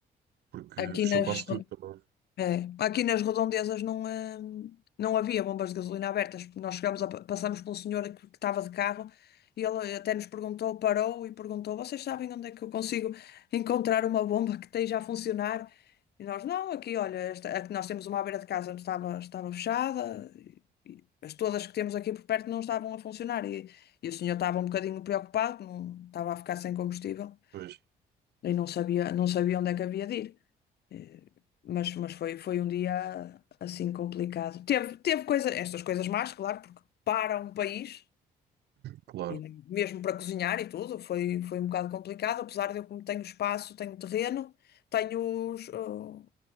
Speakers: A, on the right; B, on the left.
A: porque
B: aqui
A: fechou
B: nas,
A: quase
B: ro-
A: tudo também.
B: é, aqui nas redondezas não, hum, não havia bombas de gasolina abertas. Nós chegámos a, pa- passamos por um senhor que que estava de carro e ele até nos perguntou, parou e perguntou: Vocês sabem onde é que eu consigo encontrar uma bomba que esteja a funcionar? E nós, não, aqui, olha, esta, a que nós temos uma à beira de casa estava, estava fechada, e, e as todas que temos aqui por perto não estavam a funcionar. E, e o senhor estava um bocadinho preocupado, não, estava a ficar sem combustível
A: Pois,
B: e não sabia, não sabia onde é que havia de ir. Eh, Mas, mas foi, foi um dia assim complicado. Teve, teve coisa, estas coisas más, claro, porque para um país,
A: claro.
B: e mesmo para cozinhar e tudo, foi, foi um bocado complicado, apesar de eu como tenho espaço, tenho terreno, tenho os, uh,